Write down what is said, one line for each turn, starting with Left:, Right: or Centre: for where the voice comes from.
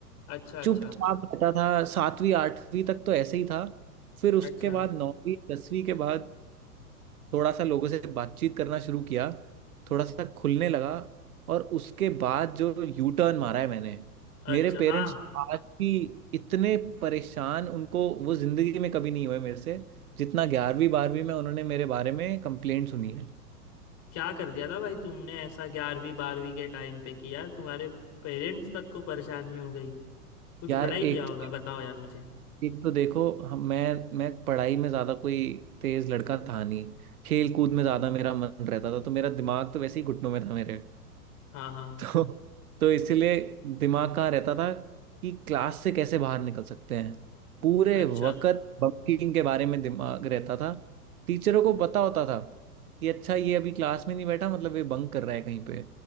Left: अच्छा अच्छा
Right: चुपचाप रहता था सातवीं आठवीं तक तो ऐसे ही था फिर उसके
Left: अच्छा
Right: बाद नौवीं दसवीं के बाद थोड़ा सा लोगों से बातचीत करना शुरू किया थोड़ा सा खुलने लगा और उसके बाद जो यू टर्न मारा है मैंने मेरे
Left: अच्छा
Right: पेरेंट्स
Left: हाँ
Right: आज भी इतने परेशान उनको वो जिंदगी में कभी नहीं हुए मेरे से जितना ग्यारहवीं बारहवीं में उन्होंने मेरे बारे में कंप्लेंट सुनी है
Left: क्या कर दिया था भाई तुमने ऐसा ग्यारहवीं बारहवीं के टाइम पे कि यार तुम्हारे पेरेंट्स तक को परेशानी हो गई कुछ
Right: यार
Left: बड़ा ही किया
Right: एक
Left: होगा बताओ यार मुझे
Right: एक तो देखो हम मैं मैं पढ़ाई में ज़्यादा कोई तेज़ लड़का था नहीं खेल कूद में ज़्यादा मेरा मन रहता था तो मेरा दिमाग तो वैसे ही घुटनों में था मेरे
Left: हाँ हाँ
Right: तो तो इसीलिए दिमाग कहाँ रहता था कि क्लास से कैसे बाहर निकल सकते हैं पूरे
Left: अच्छा
Right: वक्त बंकिंग के बारे में दिमाग रहता था टीचरों को पता होता था कि अच्छा ये अभी क्लास में नहीं बैठा मतलब ये बंक कर रहा है कहीं पे